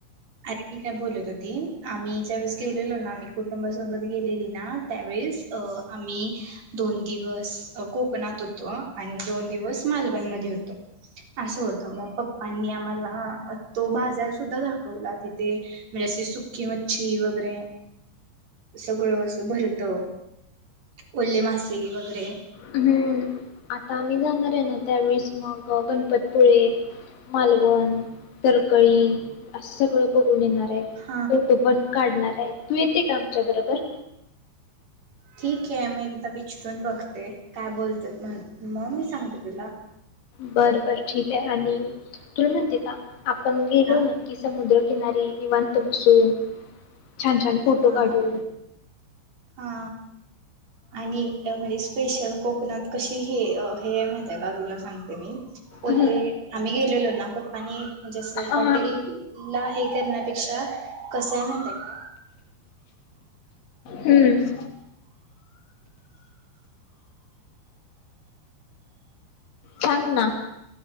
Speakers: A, on the right; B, on the left.
A: अरे मी काय बोलत होती आम्ही ज्यावेेळेस गेलेलो ना आम्ही कुटुंबासोबत गेलेली ना त्यावेेळेस अ आम्ही दोन दिवस कोकणात होतो आणि दोन दिवस मालवण मध्ये होतो असं होतं मग पप्पांनी आम्हाला तो बाजार सुद्धा दाखव दावला तिथे म्हणजे असे सुकी मच्छी वगैरे सगळं असं भरत. ओल्ले मासे वगैरे
B: हम्म आता आम्ही जाणार आहे ना त्यावेळेस मग गणपतपुळे, मालवण, तरकळी असं सगळं बघून येणार.
A: हा
B: फोटो पण काढणार आहे. तू येते का आमच्या बरोबर?
A: ठीक आहे मी एकदा विचरून बघते काय बोलतात म्ह मग मी सांगते तुला
B: बर बर ठीक आहे आणि तुला माहितीये का? आपण गेलो
A: हा
B: ना की समुद्र किनारी निवांत बसू छान छान फोटो
A: हा
B: काढू
A: हा आणि म्हणजे स्पेशल कोकणात कशी हे हे माहितीये का तुला सांगते मी ओले
B: हम्म
A: मी गेलेलो ना पप्पांनी म्हणजे अस
B: हा
A: हॉटेल ला हे करण्यापेक्षा कस माहिती आहे का?
B: हम्म सांगना